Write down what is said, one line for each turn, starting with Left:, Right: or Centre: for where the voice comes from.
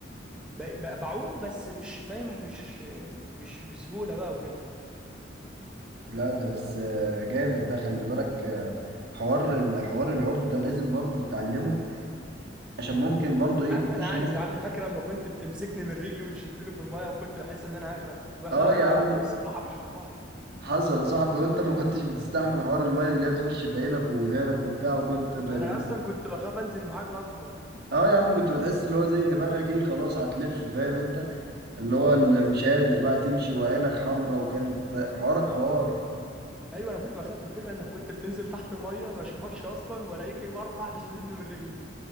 Centre: بقى بقى بعوم بس مش فاهم مش مش بسهوله بقى وكده
Right: لا ده بس آه، جامد ده خلي بالك آه، حوار الحوار العوم ده لازم برضو تتعلمه عشان ممكن برضو
Centre: يا
Right: ايه
Centre: عم
Right: نخش
Centre: انا عارف
Right: مثلا
Centre: يا عم فاكر لما كنت بتمسكني من رجلي وتشدني في المايه وكنت بحس ان انا هغرق واحنا
Right: اه
Centre: اصلا
Right: يا عم
Centre: في حمام السباحه مش في البحر
Right: حصل يا صاحبي وانت ما كنتش بتستحمل حوار الميه اللي هي تخش في عينك ودانك وبتاع وكنت ب... بت-
Centre: انا اصلا كنت بخاف انزل معاك اصلا
Right: اه يا عم كنت بتحس اللي هو زي دماغك ايه خلاص هتلف فاهم انت اللي هو اللي مش قادر بقى تمشي وعينك حمرا وكانت حوارك حوار
Centre: ايوه انا كنت بخاف الفكره انك كنت بتنزل تحت المايه ما اشوفكش اصلا والاقيك مره واحده شددني من رجلي